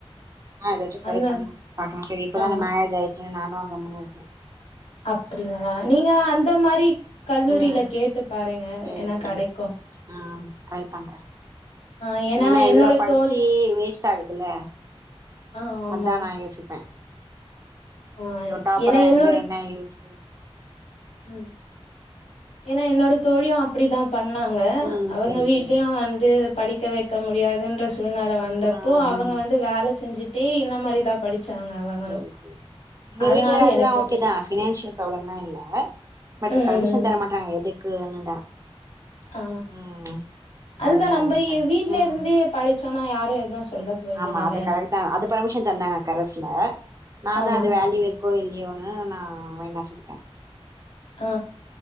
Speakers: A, on the right (about 30°); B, on the left (about 85°).
A: ஆ ஏதாச்சும் ட்ரை
B: அந்த
A: பண்லாம் பாக்கலாம் சரி இப்பதான
B: ஆ
A: மரேஜ் ஆயிச்சு நானும் கம்முனு இருக்கேன்
B: அப்டிங்களா நீங்க அந்த மாரி கல்லூரில
A: ம்
B: கேட்டு பாருங்க
A: சேரி
B: ஏனா
A: சேரி
B: கடைக்கும்
A: ஆ ட்ரை பண்றன்
B: ஆ
A: ஏனா
B: என்னோட
A: இவ்ளோ படிச்சி
B: தோழி
A: வேஸ்ட் ஆகுதுல்ல
B: ஆ ஆமா
A: அதா நா யோசிப்பன்
B: ஆ
A: இவ் டாப்பரா
B: ஏனா
A: இருந்து
B: என்னோட
A: என்ன யூஸ்
B: ம் ஏனா என்னோட தோழியும் அப்டிதான் பண்ணாங்க
A: ம்
B: அவங்க
A: சேரி
B: வீட்லயும்
A: சேரி
B: வந்து படிக்க வெக்க முடியாதுன்ற சூழ்நெல வந்தப்போ
A: ம்
B: அவங்க
A: ம்
B: வந்து வேல செஞ்சிட்டே இந்த மாரி தான் படிச்சாங்க அவங்களு
A: சரி சரி எங்க
B: அதனால
A: வீட்ல அதுலா
B: எனக்கு
A: ஓகே
B: தெரியு
A: தான் பினான்சியர் பராப்ளம்லா இல்ல பட்
B: ம்
A: பர்மிஷன் தர மாட்றாங்க எதுக்குன்னுதா
B: அ
A: ம் அதனாலதா
B: அதுதா நம்பை
A: வர மாட்டாங்க
B: வீட்ல
A: ம்
B: இருந்தே படிச்சோனா யாரு எதுவும் சொல்ல போறதில்லல
A: ஆமா அது கரெட் தான் அது பர்மிஷன் தந்தாங்க கரஸ்ல நா
B: ஆ
A: தான் அது வேல்யூ கோய்ல்யோனு நா வேண்ணா சொல்டன்
B: அ